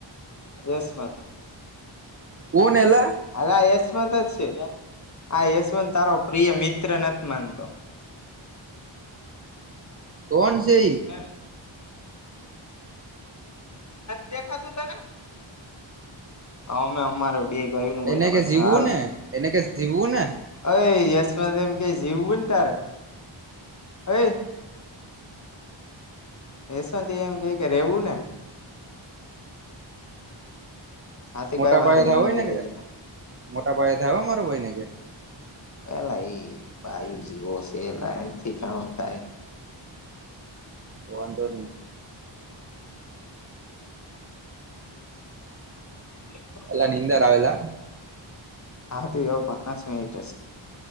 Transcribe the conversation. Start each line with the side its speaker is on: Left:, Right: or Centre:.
Left: સસ હ
Right: કોણ એલા
Left: આ યશવંત જ છે આ યશવંત તારો પ્રિય મિત્ર નથી માનતો
Right: કોણ છે
Left: હે ને દેખાતું તને વાું અમે અમાર બે ભાઈ નું હોય
Right: એને
Left: ને
Right: કે
Left: પ્રશ્ન
Right: જીવું
Left: હાલ
Right: ને એને કે જીવું ને
Left: અ યશમાંંત એમ કે જીવું ને તારે અ એશંતથી એમ કે કે રેવું ને હાથી
Right: મોટા
Left: કઈ વાંધો
Right: બાાયે
Left: મને
Right: ધાવઈ
Left: દઈ
Right: ન
Left: દેજે
Right: મોટા બાએ ધવા માર ભય ન કે
Left: પેલા એ બયુ જેવો છે એલા એમથી ઘણ થાય
Right: હો વાંધો નહી
Left: એ
Right: અલા નિંદે રારાાવેલા
Left: હા તો એવું પાંચ મિનિટ જ